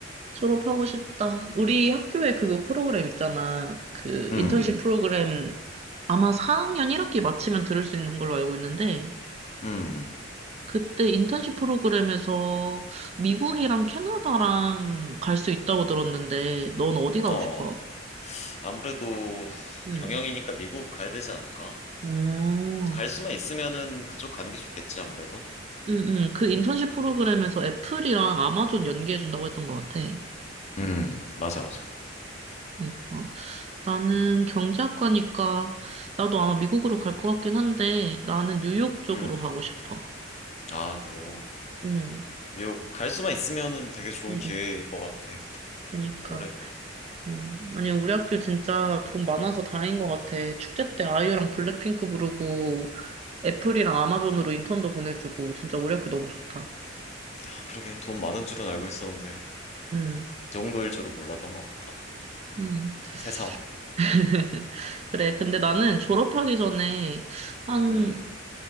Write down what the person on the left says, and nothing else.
음,
음,
어,
아무래도
경영이니까 미국 가야 되지 않을까?
갈 수만 있으면은 그쪽 가는 게 좋겠지, 아무래도.
음, 맞아, 맞아.
음,
아, 뉴욕.
뉴욕 갈 수만 있으면은 되게 좋은
기회일
것 같아.
아무래도.
아, 그러게 돈 많은 줄은 알고 있었는데
이 정도일 줄은 몰랐던 것 같다.
새삼.
음.